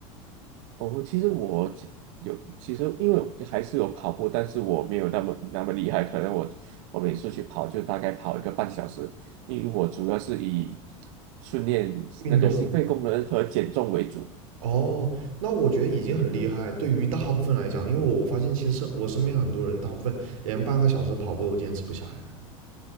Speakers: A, on the right (about 65°); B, on the right (about 75°).
A: 哦，其实我其有，其实因为我还是有跑步，但是我没有那么那么厉害，可能我我每次去跑就大概跑一个半小时，因为我主要是以训练那个心肺功能和减重为主。
B: 运动哦，那我觉得已经很厉害。对于大部分来讲，因为我发现其实我身边很多人，大部分连半个小时跑步都坚持不下来的。